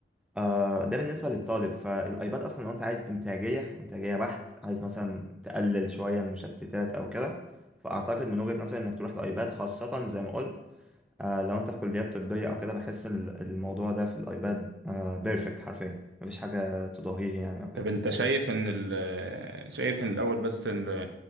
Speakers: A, in the centre; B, on the right.
A: آه، ده بالنسبة للطالب فالأيباد أصلا لو أنت عايز إنتاجية إنتاجية بحت عايز مثلا تقلل شوية المشتتات أو كده فأعتقد من وجهة نظري إنك تروح لأيباد خاصة زي ما قلت آه، لو أنت في كليات طبية أو كده بحس ال- الموضوع ده في الأيباد آه بيرفكت حرفيا مفيش حاجة تضاهيه يعني أو كده
B: طب انت شايف ان ال شايف ان الاول بس ان